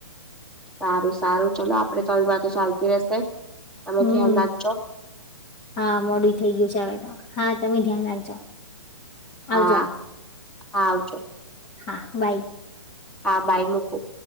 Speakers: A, in the centre; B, on the left.
A: સારું સારું ચલો આપડે તો આવી વાતો ચાલતી રહેશે. તમે
B: હું
A: ધ્યાન રાખજો.
B: હા મોડું થઇ ગયું છે, હવે તો હા. તમે ધ્યાન રાખજો
A: હા
B: આવજો.
A: હા આવજો
B: હા વાઈટ.
A: હા બાય મૂકું.